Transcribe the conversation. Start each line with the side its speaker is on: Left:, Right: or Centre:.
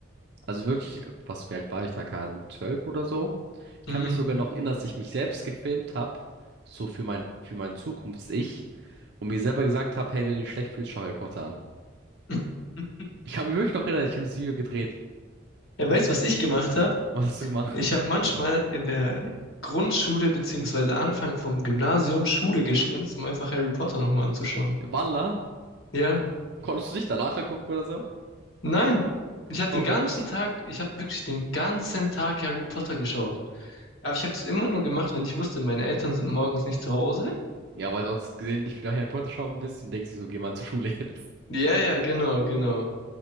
Right: also wirklich, äh, was, wie alt war ich da? Keine Ahnung, zwölf oder so. Ich
Left: Mhm.
Right: kann mich sogar noch erinnern, dass ich mich selbst gefilmt habe, so für mein, für mein Zukunfts-Ich und mir selber gesagt habe, hey, wenn du dich schlecht fühlst, schau Harry Potter an.
Left: <laughs>
Right: Ich kann mich wirklich noch erinnern, ich habe das Video gedreht.
Left: Er weiß, was ich gemacht habe.
Right: Was hast du gemacht?
Left: Ich habe manchmal in der Grundschule beziehungsweise Anfang vom Gymnasium Schule geschwänzt, um einfach Harry Potter nochmal anzuschauen.
Right: Walla?
Left: Ja,
Right: Konntest du dich danach angucken oder so?
Left: nein. Ich habe
Right: Verrückt.
Left: den ganzen Tag, ich habe wirklich den ganzen Tag Harry Potter geschaut. Aber ich habe das immer nur gemacht, wenn ich wusste, meine Eltern sind morgens nicht zu Hause.
Right: Ja, weil sonst gelegentlich wieder Harry Potter schauen bist und denkst dir so, geh mal zur Schule jetzt. <laughs>
Left: Ja, ja, genau, genau.